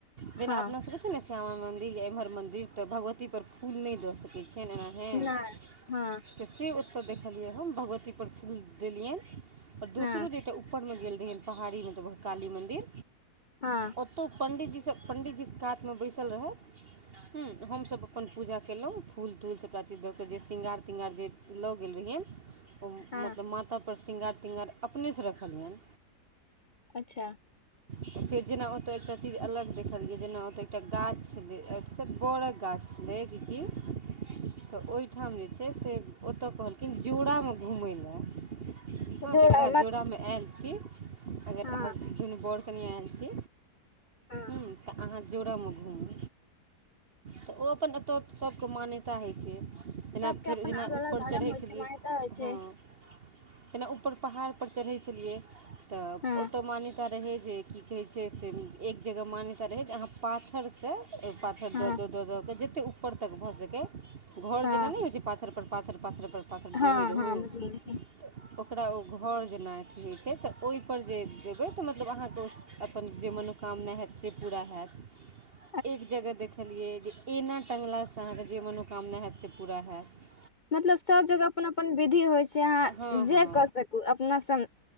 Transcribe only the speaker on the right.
जेना अपना सबके ने श्यामा मंदिर या इम्हर मंदिर त भगवती पर फूल नहि द सकैत छिय ने ए हँ
तऽ से ओतऽ देखलियै हम भगवतीपर फूल देलियनि आओर दोसरो
जटा ऊपरमे गेल रहियनि पहाड़ीमे तऽ ओ काली मन्दिर
ओतौ पंडित जी से पण्डीजीके कातमे बैसल रहथि हँ हमसब अपन पूजा केलौ फूल तूल सबटा चीज दऽ कऽ जे शृंगार तिंगार जे लऽ गेल रहियै ओ
मतलब मा माता पर श्रृंगार तृंगार अपनेसँ रखलियनि
फेर जेना ओतय एकटा चीज अलग देखलियै जेना ओतय एकटा गाछ छलै सब बड़क गाछ छल क तऽ ओहिठाम जे छै से ओतय कहल लेकिन जोड़ामे घुमै लए हँ
जकरा अहाँ
जोड़ामे
आयल छी अगर
हनो बड़ कनियाँ आयल छी
ह तऽ अहाँ जोड़ामे घुमु तऽ ओ अपन एतऽ सबके मान्यता होय छै जेना
फेर
जेना
ऊपर
चढ़ैत
छल
हँ
जेना ऊपर पहाड़पर चढ़ै छलियै तऽ
ओतऽ मान रहे जे की कहे छै से एक जगह मान्यता रहे जे अहाँ पाथर से पाथर
दऽ दऽ दऽ दऽ के जते ऊपर तक भऽ सकै घर
जेना नहि होइ छै पाथर पर पाथर पाथरपर पाथर
देने रहू
तऽ
ओकरा ओ घर जेना अथी होय छै तऽ ओहिपर जे देबै तऽ मतलब अहाँके ओ अपन जे मनोकामना हेत से पूरा हेत
एक जगह देखलियै जे एना टङ्गलासँ अहाँकेँ जे मनोकामना हेत से पूरा हयैत
हँ
हँ